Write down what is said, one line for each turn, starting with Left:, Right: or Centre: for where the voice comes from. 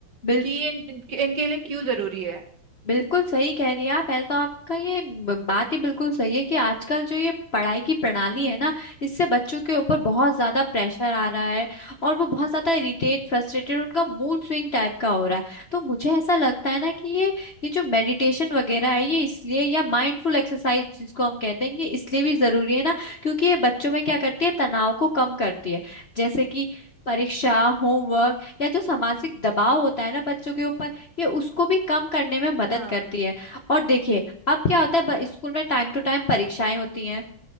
Left: बिल,
Right: कि ये इन, इनके इनके लिए क्यों ज़रूरी है
Left: बिल्कुल सही कह रही हैं आप पहले तो आपका ये ब- बात ही बिल्कुल सही है कि आजकल जो ये पढ़ाई की प्रणाली
Right: हम्म
Left: है ना इससे बच्चों के ऊपर बहुत ज्यादा प्रेशर आ रहा है और वो बहुत ज्यादा इरिटेट फ्रस्ट्रेटेड उनका मूड स्विंग टाइप का हो रहा है तो मुझे ऐसा लगता है ना कि ये ये जो मेडिटेशन वगैरह है ये इसलिए या माइंडफुल एक्सरसाइज जिसको हम कहते हैं ये इसलिए भी जरूरी है ना क्योंकि ये बच्चों में क्या करती है तनाव को कम करती है जैसे कि परीक्षा होमवर्क या जो सामाजिक दबाव होता है ना बच्चों के ऊपर ये उसको भी कम करने में मदद
Right: हाँ
Left: करती है और देखिए अब क्या होता है ब- स्कूल में टाइम टू टाइम परीक्षाएं होती हैं